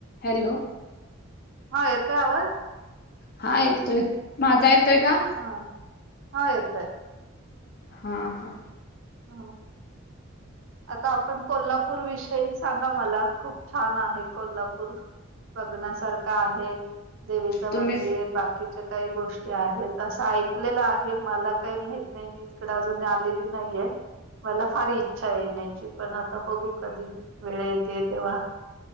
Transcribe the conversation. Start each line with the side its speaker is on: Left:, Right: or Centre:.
Left: हॅलो
Right: हा येतोय आवाज.
Left: हा येतोय माझा येतोय का?
Right: हा हा येतय.
Left: हा हा.
Right: हा. आता आपण कोल्हापूर विषयी सांगा मला खूप छान आहे कोल्हापूर बघण्यासारखं आहे देवीच
Left: तुम्ही
Right: मंदिर बाकीच्या काही गोष्टी आहेत असं ऐकलेलं आहे मला काही माहित नाही मी इकडे अजून आलेली नाहीय. मला फार इच्छा आहे येण्याची पण आता बघू कधी वेळ येते तेव्हा